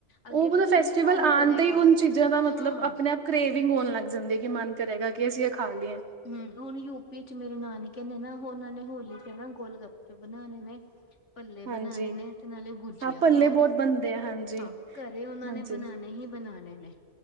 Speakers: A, on the left (about 70°); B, on the right (about 65°).
A: ਅੱਗੇ
B: ਉਹ
A: ਪਿੱਛੇ
B: ਮਤਲਬ ਫੈਸਟੀਵਲ
A: ਨੀ ਮਨ ਕਰੇਗਾ।
B: ਆਉਣ ਤੇ ਹੀ ਉਨ ਚੀਜ਼ਾਂ ਦਾ ਮਤਲਬ
A: ਹਾਂ
B: ਆਪਣੇ ਆਪ ਕ੍ਰੇਵਿੰਗ ਹੋਣ ਲੱਗ ਜਾਂਦੇ, ਕਿ ਮਨ ਕਰੇਗਾ ਕਿ ਅਸੀਂ ਇਹ ਖਾ ਲੀਏ।
A: ਹੂੰ ਹੁਣ ਯੂਪੀ ਚ ਮੇਰੇ ਨਾਨਕੇ ਨੇ ਨਾ, ਉਹਨਾਂ ਨੇ ਹੋਲੀ ਤੇ ਨਾ ਗੋਲ ਗੱਪੇ ਬਣਾਣੇ ਨੇ।
B: <inaudible>
A: ਭੱਲੇ
B: ਹਾਂਜੀ
A: ਬਣਾਣੇ ਨੇ ਤੇ ਨਾਲ਼ੇ ਗੁਜੀਆ
B: ਹਾਂ ਭੱਲੇ
A: ਘਰ,
B: ਬਹੁਤ ਬਣਦੇ ਆ ਹਾਂਜੀ
A: ਹਾਂ ਘਰੇਂ ਉਹਨਾਂ
B: ਹਾਂਜੀ
A: ਨੇ ਬਣਾਣੇ ਹੀ ਬਣਾਣੇ ਨੇ। <inaudible>